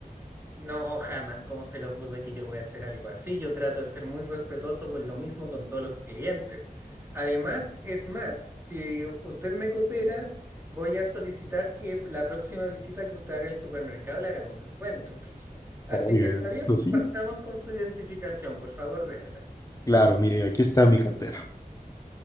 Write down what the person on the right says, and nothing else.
No, jamás, ¿cómo se le ocurre que yo voy a hacer algo así? Yo trato de ser muy respetuoso por lo mismo con todos los clientes. Además, es más, si usted me coopera, voy a solicitar que la próxima visita que usted haga al supermercado le hagan un descuento incluso. Así
que está
bien,
partamos con su identificación, por favor, démela.